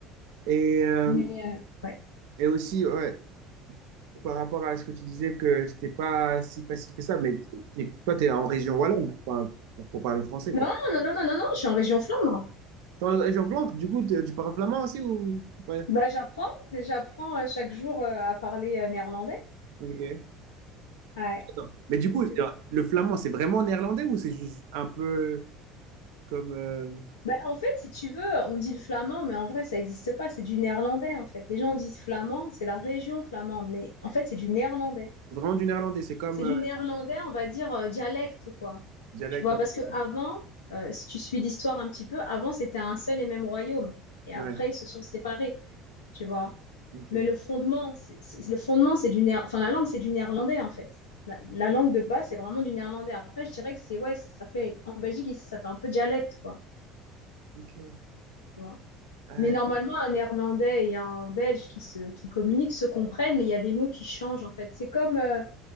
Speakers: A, on the right (about 65°); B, on the left (about 80°).
A: Et, euh,
B: Mais, euh, ouais.
A: et aussi, ouais, Par rapport à ce que tu disais que c'était pas si facile que ça, mais t'es- toi, tu es en région wallonne enfin, pour, pour parler français, quoi.
B: Non, non, non, non, non, non, je suis en région Flandre.
A: T'es en région flamande, du coup, tu tu parles flamand aussi ou ou pas?
B: Bah, j'apprends, j'apprends euh, chaque jour euh, à parler euh, néerlandais.
A: Ok.
B: Ouais.
A: Attends. Mais du coup,
B: Je-
A: le flamand, c'est vraiment néerlandais ou c'est juste un peu comme. euh,
B: Bah, en fait, si tu veux, on dit le flamand, mais en vrai, ça n'existe pas, c'est du néerlandais, en fait. Les gens disent flamand, c'est la région flamande, mais en fait, c'est du néerlandais.
A: c'est vraiment du néerlandais, c'est comme
B: C'est du
A: euh,
B: néerlandais, on va dire, euh, dialecte, quoi.
A: dialecte
B: Tu vois,
A: un
B: parce
A: peu.
B: que avant, euh, si tu suis l'histoire un petit peu, avant, c'était un seul et même royaume. Et
A: Ouais,
B: après, ils se sont séparés, tu vois.
A: ok.
B: Mais le fondement, c'est, c'est- le fondement, c'est du néer- enfin la langue, c'est du néerlandais en fait. La, la
A: Ok.
B: langue de base, c'est vraiment du néerlandais. Après, je dirais que c'est ouais, ça, ça fait en Belgique ici, ça fait un peu dialecte quoi.
A: ok.
B: tu
A: Ouais.
B: Mais normalement, un néerlandais et un belge qui se qui communiquent se comprennent, mais il y a des mots qui changent en fait. C'est comme euh,